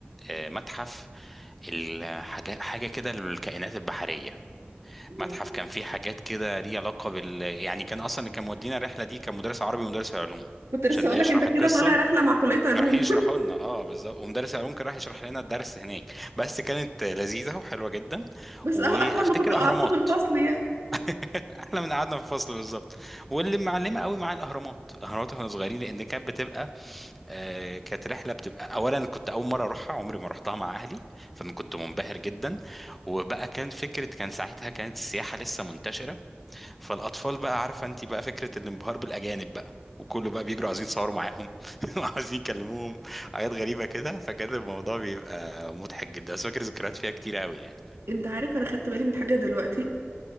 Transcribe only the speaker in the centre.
آه، متحف الحاجه حاجه كده للكائنات البحريه
متحف كان فيه حاجات كده ليه علاقة بال يعني كان أصلا اللي كان مودينا الرحلة دي كان مدرس عربي ومدرس علوم
عشان
ده يشرح
القصة
كانوا رايحين يشرحوا لنا اه بالظبط ومدرس العلوم كان راح يشرح لنا الدرس هناك بس كانت لذيذة وحلوة جدا
وافتكر
اهرامات
<laughs> احلى من قعدنا في الفصل بالظبط واللي معلمه قوي معايا الاهرامات الاهرامات واحنا صغيرين لان كانت بتبقى آه كانت رحله بتبقى اولا كنت اول مره اروحها عمري ما رحتها مع اهلي فانا كنت منبهر جدا وبقى كان فكره كان ساعتها كانت السياحه لسه منتشره فالاطفال بقى عارفه انت بقى فكره الانبهار بالاجانب بقى وكله بقى بيجروا عايزين يتصوروا معاهم <laughs> وعايزين يكلموهم حاجات غريبه كده فكان الموضوع بيبقى مضحك جدا بس فاكر ذكريات فيها كتير قوي يعني